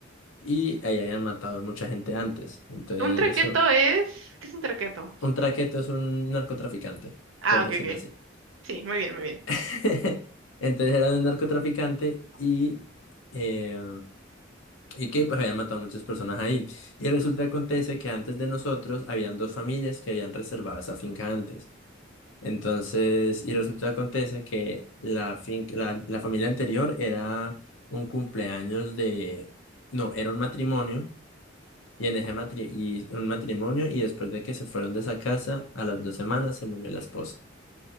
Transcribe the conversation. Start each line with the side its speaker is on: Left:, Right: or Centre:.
Left: Y ahí habían matado mucha gente antes. Entonces,
Right: ¿Un traqueto
Left: sí,
Right: es? ¿Qué es un traqueto?
Left: un traqueto es un narcotraficante,
Right: Ah,
Left: por decirlo
Right: ok, ok.
Left: así.
Right: Sí, muy bien, muy bien.
Left: <laughs> Entonces era un narcotraficante y, eh, y que pues habían matado muchas personas ahí. Y resulta que acontece que antes de nosotros habían dos familias que habían reservado esa finca antes. Entonces, y resulta que acontece que la, finca, la, la familia anterior era un cumpleaños de, no, era un matrimonio Y en ese matri- y un matrimonio, y después de que se fueron de esa casa, a las dos semanas se murió la esposa.